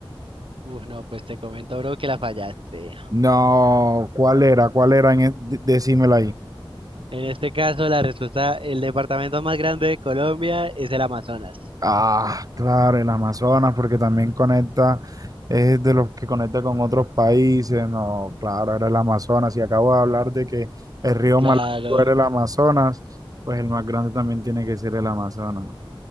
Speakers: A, on the right (about 70°); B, on the right (about 40°).
A: Uf, no, pues te comento, bro, que la fallaste.
B: No, ¿cuál era? ¿Cuál era? En e- de- Decímelo ahí.
A: En este caso, la respuesta, el departamento más grande de Colombia es el Amazonas.
B: Ah, claro, el Amazonas, porque también conecta, es de los que conecta con otros países, no, claro, era el Amazonas, y acabo de hablar de que el río
A: Claro,
B: más largo era el Amazonas, pues el más grande también tiene que ser el Amazonas.